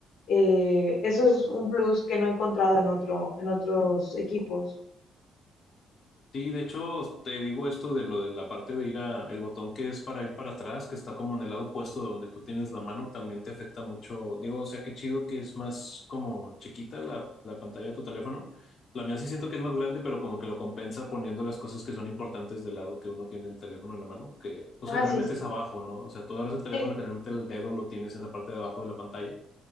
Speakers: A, on the left; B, on the left.
A: eh, eso es un plus que no he encontrado en otro, en otros equipos.
B: Sí, de hecho, te digo esto de lo de la parte de ir a el botón que es para ir para atrás, que está como en el lado opuesto de donde tú tienes la mano, también te afecta mucho. Digo, o sea, qué chido que es más como chiquita la, la pantalla de tu teléfono. La mía sí siento que es más grande, pero como que lo compensa poniendo las cosas que son importantes del lado que uno tiene el teléfono en la mano, que pues
A: Ah,
B: generalmente
A: sí, sí.
B: es abajo, ¿no? O sea, tú agarras el teléfono,
A: Sí,
B: generalmente el dedo lo tienes en la parte de abajo de la pantalla